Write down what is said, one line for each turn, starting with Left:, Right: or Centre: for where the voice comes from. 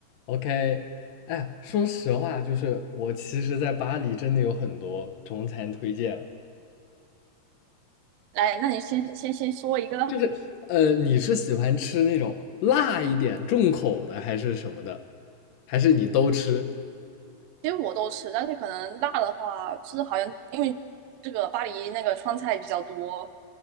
Left: OK，哎，说实话，就是我其实，在巴黎真的有很多中餐推荐，
Right: 来，那你先先先说一个，
Left: 就是呃，你是喜欢吃那种辣一点、重口的，还是什么的，还是你都吃？
Right: 其实我都吃，但是可能辣的话，就是好像因为这个巴黎那个川菜比较多，